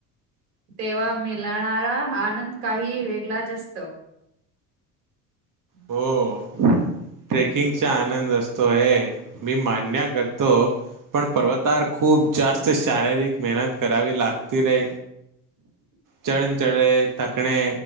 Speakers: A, on the right; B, on the right.
A: तेव्हा मिलणारा आनंद काही वेगलाच असतो. <unintelligible>
B: हो ट्रेकिंगचा आनंद असतो हे मी मान्य करतो. पण पर्वतावर खूप जास्त शारीरिक मेहनत करावी लागती रे
A: <unintelligible>
B: चळण चढले थकणे